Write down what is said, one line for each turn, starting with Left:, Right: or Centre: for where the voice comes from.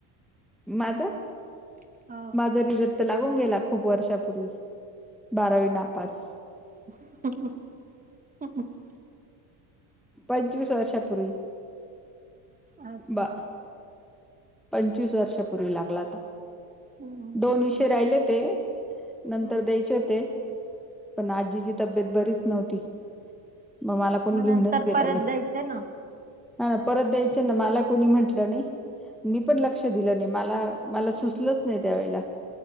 Centre: माझं
Right: हो
Centre: आज रझट तर लागून गेला खूप वर्षापूर्वी बारावी नापास
Right: <inaudible>
Centre: पंचवीस वर्षापूर्वी
Right: अच्छा
Centre: बा पंचवीस वर्षापूर्वी लागलाता
Right: हम्म
Centre: दोन विषय राहिले ते नंतर
Right: हम्म
Centre: द्यायचे होते पण आजीची तब्येत बरीच नव्हती मग मला कोणी घेऊनच
Right: नंतर
Centre: गेलं
Right: परत
Centre: नाही
Right: द्यायचं ना
Centre: ह ना परत द्यायचे ना मला कोुणी म्हंटलं नाही मी पण लक्ष दिलं नाही मला मला सुचलंच नाही त्यावेेळेला